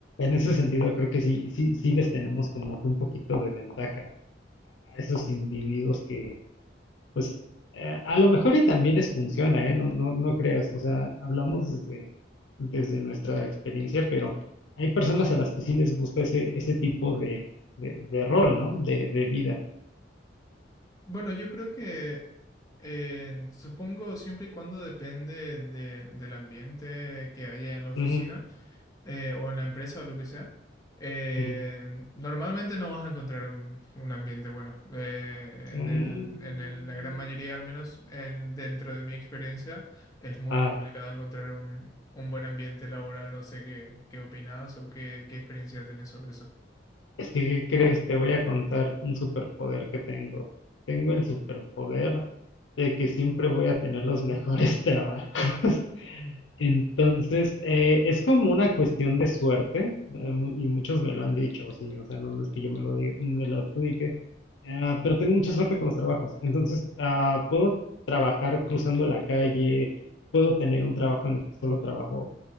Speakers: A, on the left (about 80°); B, on the left (about 20°).
A: ese sentido creo que sí, sí, sí les tenemos como que un poquito de ventaja a esos individuos que, pues, eh, a lo mejor y también les funciona, ¿eh? No, no, no creas, o sea, hablamos desde, desde nuestra experiencia, pero hay personas a las que sí les gusta ese, ese tipo de, de, de rol, ¿no? De, de vida.
B: Bueno, yo creo que eh, supongo siempre y cuando depende de- del ambiente que haya en la oficina.
A: Ujú,
B: eh, o en la empresa o lo que sea, eh,
A: ujú.
B: normalmente no vas a encontrar un, un ambiente bueno. Eh,
A: Mm.
B: en el, en el- la gran mayoría, al menos en- dentro de mi experiencia, es muy
A: Ah,
B: complicado encontrar un, un buen ambiente laboral. No sé qué, qué opinas o qué, qué experiencia tenés sobre eso.
A: Es que, ¿qué crees? Te voy a contar un superpoder que tengo. Tengo el superpoder de que siempre voy a tener los mejores <laughs> trabajos.
B: Ujú.
A: Entonces, eh, es como una cuestión de suerte, em, y muchos me lo han dicho, sí, o sea, no no es que yo me lo diga- me lo adjudique, ah, pero tengo mucha suerte con los trabajos. Entonces, ah, puedo trabajar cruzando la calle, puedo tener un trabajo en el que solo trabajo